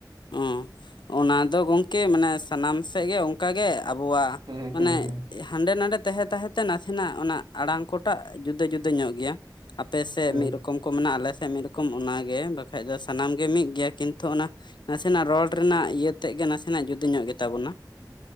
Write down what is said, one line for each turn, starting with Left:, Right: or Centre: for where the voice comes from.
Left: ᱚ ᱚᱱᱟ ᱫᱚ ᱜᱚᱝᱠᱮ ᱢᱟᱱᱮ ᱥᱟᱱᱟᱢ ᱥᱮᱫ ᱜᱮ ᱚᱱᱠᱟ ᱜᱮ ᱟᱵᱚᱣᱟᱜ
Right: ᱦᱮᱸ
Left: ᱢᱟᱱᱮ
Right: ᱦᱮᱸ ᱦᱮᱸ
Left: ᱦᱟᱸᱰᱮ ᱱᱟᱰᱮ ᱛᱟᱦᱮᱸ ᱛᱟᱦᱮᱸᱛᱮ ᱱᱟᱥᱮᱱᱟᱜ ᱚᱱᱟ ᱟᱲᱟᱝ ᱠᱚᱴᱟᱜ ᱡᱩᱫᱟᱹ ᱡᱩᱫᱟᱹ ᱧᱚᱜ ᱜᱮᱭᱟ ᱟᱯᱮ ᱥᱮᱫ
Right: ᱦᱮᱸ
Left: ᱢᱤᱫ ᱨᱚᱠᱚᱢ ᱠᱚ ᱢᱮᱱᱟᱜᱼᱟ ᱟᱞᱮ ᱥᱮᱫ ᱢᱤᱫ ᱨᱚᱠᱚᱢ ᱚᱱᱟᱜᱮ ᱵᱟᱠᱷᱟᱡ ᱫᱚ ᱥᱟᱱᱟᱢ ᱜᱮ ᱢᱤᱫ ᱜᱮᱭᱟ ᱠᱤᱱᱛᱩ ᱚᱱᱟ ᱱᱟᱥᱮᱱᱟᱜ ᱨᱚᱲ ᱨᱮᱱᱟᱜ ᱤᱭᱟᱹ ᱛᱮᱫ ᱜᱮ ᱱᱟᱥᱮᱱᱟᱜ ᱡᱩᱫᱟᱹ ᱧᱚᱜ ᱜᱮᱛᱟᱵᱚᱱᱟ